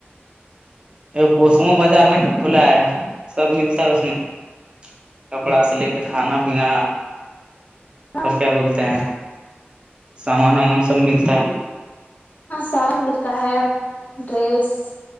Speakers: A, on the right; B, on the left.
A: کوسمو بازار ن کیا کھلا ہے سب ملتا ہے اس میں- کپڑا سے لے کے کھانا پینا-
B: ہاں
A: اور کیا بولتے ہیں سامان وامان سب ملتا ہے-
B: ہاں سارا ملتا ہے ڈریس-